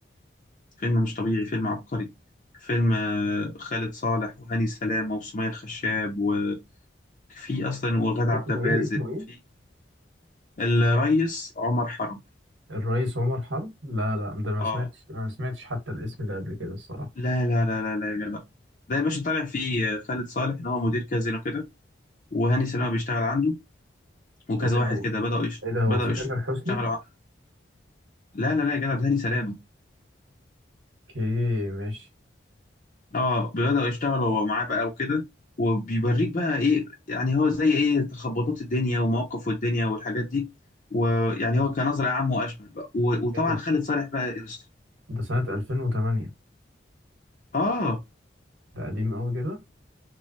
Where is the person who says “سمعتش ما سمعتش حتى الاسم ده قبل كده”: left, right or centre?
Right